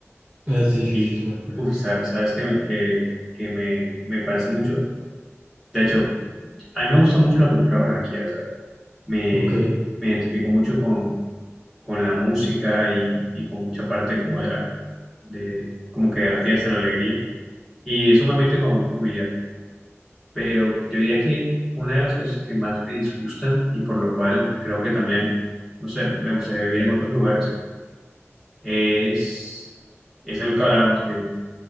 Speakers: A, on the right; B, in the centre.
A: ah, sí, sí,
B: Y,
A: sí, sí, me acuerdo.
B: uf, y sa- sabes, que, me, que, que me, me parece mucho. De hecho, a mí me gusta mucho la cultura barranquillera, ¿sabes? Me,
A: Ok,
B: me identifico mucho con con la música y, y con mucha parte como de la, de, como que de la fiesta, la alegría. Y es un ambiente como muy familiar. Pero yo diría que una de las cosas que más me disgustan y por lo cual creo que también, no sé, me gustaría vivir en otros lugares, es, es algo que hablábamos, que,